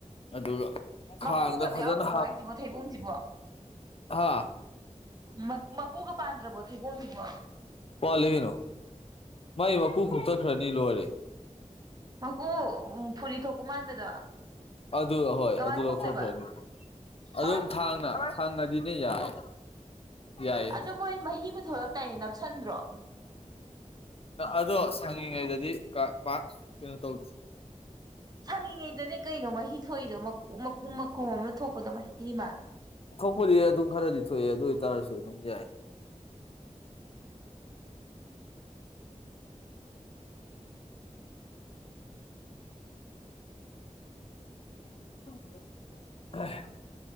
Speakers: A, on the left (about 50°); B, on the right (about 30°).
A: ꯑꯗꯨꯒ ꯈꯥꯡꯗ
B: ꯃꯀꯨꯒꯗꯤ
A: ꯐꯖꯅ
B: ꯌꯥꯎꯗ꯭ꯔꯕꯣ ꯑꯩꯁꯤꯕꯣ ꯊꯩꯕꫭꯡꯁꯤꯕꯨ
A: ꯍꯥꯥ
B: ꯃ ꯃꯀꯣꯛꯀ ꯄꯥꯟꯗ꯭ꯔꯕꫭ ꯊꯩꯕꯣꯡꯁꯤꯕꯨ
A: ꯋꯥꯠꯂꯤ ꯀꯩꯅꯣ ꯃꯥꯏ ꯃꯀꯨ ꯈꯣꯛꯇꯠꯈ꯭ꯔꯗꯤ ꯂꯣꯏꯔꯦ
B: ꯃꯀꯨ ꯐꯨꯔꯤ ꯊꯣꯛꯄ ꯃꯥꯟꯕꯗꯣ
A: ꯑꯗꯨ ꯍꯣꯏ
B: ꯀꯃꯥꯏꯅ
A: ꯑꯗꯨ ꯂꯧꯊꯣꯛꯈꯔꯅꯤ
B: ꯈꯣꯛꯇꯣꯏꯕ
A: ꯑꯗꯨꯝ
B: ꯀꯃꯥꯏ
A: ꯊꯥꯡꯅ ꯊꯥꯡꯉꯗꯤꯅꯦ ꯌꯥꯏ ꯌꯥꯏꯌꯦ
B: ꯑꯗꯨ ꯃꯣꯏ ꯃꯍꯤꯃꯥ ꯊꯣꯛꯂꯛꯇꯥꯏꯅꯦ ꯅꯞꯁꯟꯗ꯭ꯔꯣ
A: ꯑꯗꯣ ꯁꯪꯉꯤꯉꯩꯗꯗꯤ ꯀꯥ ꯄꯥꯛ ꯀꯩꯅꯣ ꯇꯧꯗ
B: ꯁꯪꯉꯤꯉꯩꯗꯅꯦ ꯀꯩꯅꯣ ꯃꯍꯤ ꯊꯣꯛꯏꯗꯣ ꯃꯀꯨꯝ ꯃꯈꯀꯨꯝ ꯑꯃ ꯊꯣꯛꯄꯗꯣ ꯃꯍꯤ ꯑꯃ
A: ꯊꯣꯛꯄꯗꯤ ꯑꯗꯨꯝ ꯈꯔꯗꯤ ꯊꯣꯛꯑꯦ ꯑꯗꯨ ꯑꯣꯏꯇꯥꯔꯁꯨ ꯑꯗꯨꯝ ꯌꯥꯏ <inaudible>